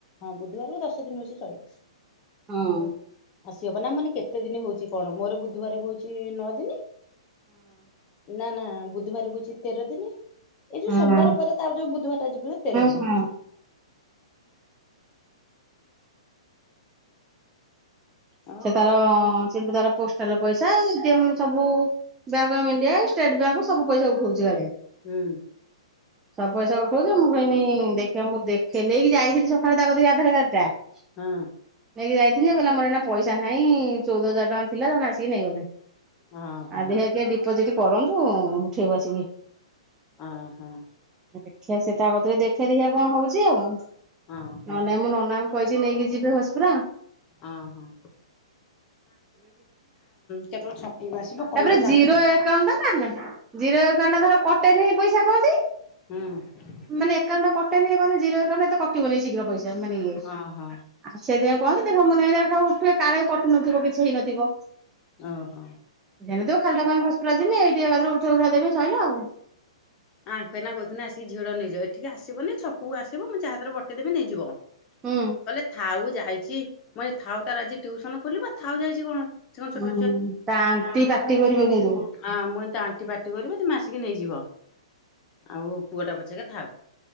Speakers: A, on the left; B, on the right.
A: ହଁ ବୁଧବାରକୁ ଦଶ ଦିନ ହଉଛି ଚଳିବ।
B: ହଁ।
A: ଆସିବ ପା, ନା ମାନେ କେତେ ଦିନି ହଉଛି କଣ, ମୋର ବୁଧବାରକୁ ହଉଛି ନଅ ଦିନି। ନା, ନା, ବୁଧବାର କୁ ହଉଛି ତେର ଦିନି। ଏଇ ଯୋଉ
B: ହଁ ହଁ
A: ସୋମବାର ପରେ ତାର ଯୋଉ ବୁଧୁବାରଟା ଯିବ ତେର ଦିନି।
B: ହଁ।
A: ଅ
B: ସେ ତାରଁ ସିଏ ତ ତାର ପୋଷ୍ଟାଲ୍ ପଇସା ଯେମ୍ ସବୁ ବ୍ୟାଙ୍କ ଅଫ୍ ଇଣ୍ଡିଆ, ଏ ଷ୍ଟେଟ ବ୍ୟାଙ୍କ୍ ସବୁ ପଇସା ଉଠଉଛି କାଳେ।
A: ହୁଁ।
B: ସବ୍ ପଇସା ଉଠ୍ କହୁ ଯେ, ମୁଁ କହିନି, ଦେଖିବା ମୁଁ ଦେଖେ ନେଇକି ଯାଇଥିଲି ସକାଳେ ତା କତିକି ଆଧାର କାର୍ଡ ଟା। ନେଇକି
A: ହଁ
B: ଯାଇଥିଲି ଯେ, କହିଲା ମୋର ଏଇନା ପଇସା ନାହିଁ। ଚଉଦ ହଜାର ଟଙ୍କା ଥିଲା, ଜଣେ ଆସିକି ନେଇଗଲାଇଁ।
A: ହଁ
B: ଆ
A: ହଁ।
B: ଦେଖିଆ କିଏ ଡିପୋଜିଟି କରନ୍ତୁ, ଉଠେଇବୁ ଆସିକି।
A: ଅ ହଁ।
B: ଦେଖିଆ, ସେ ତା କତିରେ ଦେଖିଆ ଦେଖିଆ କଣ ହଉଛି ଆଉ?
A: ଓହୋ
B: ନ ନାଇଁ ମୁଁ ନନାଙ୍କୁ କହିଛି ନେଇକି ଯିବେ ହସ୍ ପୁରା।
A: ଅଂ ହଁ। କେତେବେଳେ ଛକକୁ ଆସିବ କହିବ
B: ତାପରେ
A: ଯାହା
B: ଜିରୋ
A: ହୁଁ
B: ଆକାଉଣ୍ଟ୍ ଟା ନା ଜିରୋ ଆକାଉଣ୍ଟ୍ ଟା ଧର କଟେ ନେଇ ପଇସା କଅନ୍ତି।
A: ହୁଁ।
B: ମାନେ ଆକାଉଣ୍ଟା ଟା କଟେଇନି କଣ ତ ଜିରୋ ଆକାଉଣ୍ଟ୍ ଏତେ କଟିବନି ଶୀଘ୍ର ପଇସା। ଯା ମାନେ ଇଏ,
A: ଓହୋ
B: ଆଉ ସେଇଥି ପାଇଁ କୁହନ୍ତିନି ହ ମୁଁ ନିରାଠ୍ ଏ କାଳେ କଟୁ ନଥିବ କିଛି ହେଇନଥିବ।
A: ଓହୋ।
B: ଏମିତି ହଉ ଖାଲିଟା କାଇଁ ହସ୍ପିଟାଲ୍ ଯିବି ଏଇଠି ଏକାଥରେ ଉଠ୍ ହୁରା ଦେବି ସଇଲା ଆଉ।
A: ଆଙ୍କେ ଏ ନା କହୁଥିନେ ଆସିକି ଝିଅ ଟାକୁ ନେଇଯିବ, ଏଠିକି ଆସିବନି ଛକକୁ ଆସିବ ମୁଁ ଯାହା ହାତରେ ବତେଇ ଦେବି ନେଇଯିବ।
B: ହୁଁ।
A: କହିଲେ ଥାଉ ଯାଇଚି, ମୁଇ ଥାଉ ତାର ଆଜି ଟ୍ୟଉସନ ଖୋଲିବ ଥାଉ ଯାଇଚି କଣ। ସେ କଣ ଛୋଟ
B: ହୁଁ, ତା ‌ଆଣ୍ଟି ପାଟି କରିବ କିନ୍ତୁ।
A: ହଁ ମୁଁ କଇନି ଆଣ୍ଟି ପାଟି କରିବେ ତେମେ ଆସିକି ନେଇଯିବ। ଆଉ ପୁଅ ଟା ପଛକେଥାଉ,